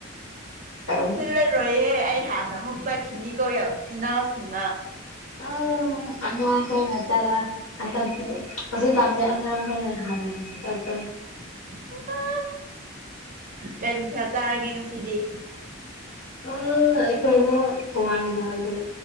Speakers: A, on the left; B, on the right.
A: <unintelligible>
B: ꯆꯠꯔꯣꯏꯍꯦ ꯑꯩ ꯍꯥꯟꯅ ꯑꯃꯨꯛ ꯆꯠꯈꯤꯅꯤ ꯀꯣ <unintelligible> ꯏꯅꯥꯎꯁꯤꯡꯅ
A: <unintelligible> ꯑꯉꯥꯡꯈꯣꯢꯅ ꯆꯠꯂ ꯍꯟꯗꯛꯇꯤ ꯍꯧꯖꯤꯛꯀꯥꯟꯗꯤ ꯑꯉꯥꯡ ꯈꯣꯢꯅ ꯍꯥꯟꯅ ꯍꯥꯟꯅ ꯆꯠꯄꯅꯤ
B: <unintelligible> ꯀꯩ ꯃꯊꯦꯜ ꯆꯥꯔꯒꯦ ꯉꯁꯤꯗꯤ
A: ꯎꯝ ꯑꯩꯈꯣꯏꯗꯤ ꯍꯋꯥꯢꯖꯥꯔꯒꯤ